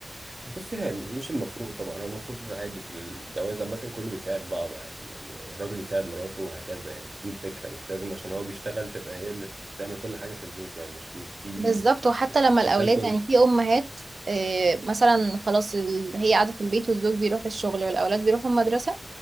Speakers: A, on the right; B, on the right.
A: بص هي مش مش المفروض طبعا هو المفروض عادي في الجواز عامة كله بيساعد بعض عادي يعني الراجل يساعد مراته وهكذا يعني دي الفكرة مش لازم عشان هو بيشتغل تبقى هي اللي بتعمل كل حاجة في البيت يعني مش مش دي
B: بالظبط
A: ال-
B: وحتى لما الاولاد
A: مش ده الكل
B: يعني في امهات آه، مثلا خلاص ال- هي قاعده في البيت والزوج بيروح الشغل والاولاد بيروحوا المدرسه